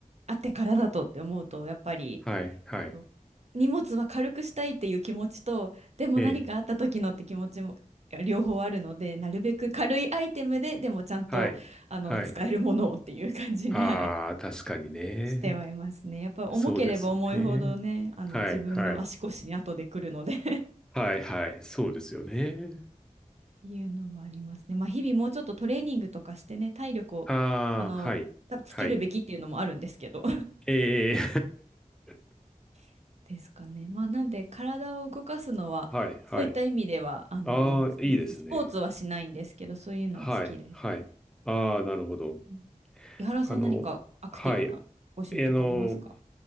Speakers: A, on the right; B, in the centre.
A: あってからだとって思うとやっぱり
B: はい、はい。
A: そう荷物は軽くしたいっていう気持ちとでも何かあった時のって気持ちもいや両方あるのでなるべく軽いアイテムででもちゃんとあの使えるものをっていう感じに、
B: ええ。はい。はい。ああ、
A: はい
B: 確かにね。
A: してはいますね。やっぱ重ければ重いほどね、
B: そうですよね。
A: あの自分の足腰に後で来るので
B: はい、はい。
A: <laughs> っ
B: はい、はい。そうですよね。
A: ていうのもありますね。まあ日々もうちょっとトレーニングとかしてね、体力をあのたつけるべきっていうのもあるんですけど
B: ああー、はい、はい。ええ <laughs>
A: <laughs> ですかね。まあなんで体を動かすのはそういった意味ではあの好きですね。
B: はい、はい。ああ、いいですね。
A: スポーツはしないんですけど、そういうのは好きです。
B: はい、はい。ああ、なるほど。
A: うん井原さん何かアクティブなご趣味とかありますか
B: あの、はい。あの、